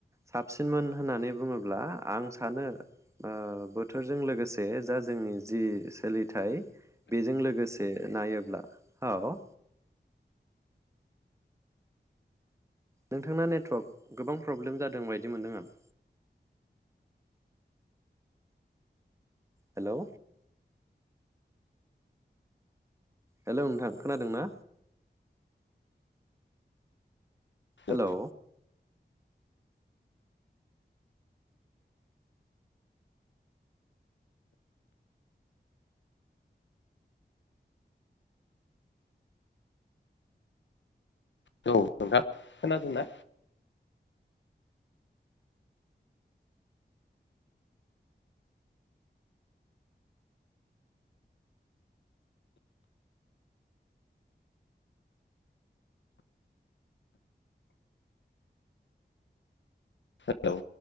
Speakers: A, on the right; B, on the left.
A: साबसिनमोन होननानै बुङोब्ला आं सानो ओ बोथोरजों ओलोगोसे जा जोंनि जि सोलिथाय बेजों लोगोसे नायोब्ला औ नोंथांना नेटवर्क गोबां प्रब्लेम जादों बायदि मोनदों आं हेलौ, हेलौ नोंथां खोनादों ना
B: हेलौ
A: हेलौ
B: औ नोंथा खोनादोंना? हेलौ,